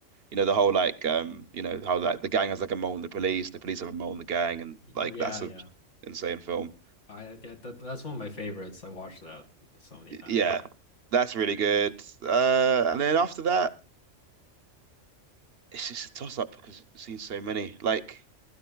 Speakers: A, on the right; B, on the left.
A: you know the whole like um you know how like the gang has like a mole in the police, the police have a mole in the gang, and like
B: Yeah,
A: that's a
B: yeah.
A: insane film.
B: I that, that that's one of my favorites. I watched that so many
A: Y-
B: times.
A: Yeah, that's really good. Uh, and then after that, it's just a toss up because I've seen so many. Like